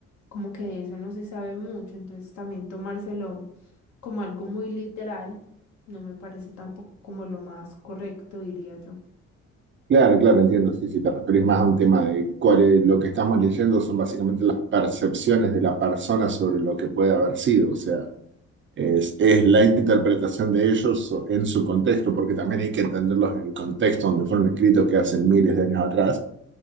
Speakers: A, on the left; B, on the right.
A: como que de eso no se sabe mucho, entonces también tomárselo como algo muy literal no me parece tampoco como lo más correcto, diría yo,
B: Claro, claro, entiendo. Sí, si te referís más a un tema de cuál es- lo que estamos leyendo son básicamente las percepciones de la persona sobre lo que puede haber sido. O sea, es, es la interpretación de ellos so- en su contexto, porque también hay que entenderlos en el contexto donde fueron escritos, que hace miles de años atrás.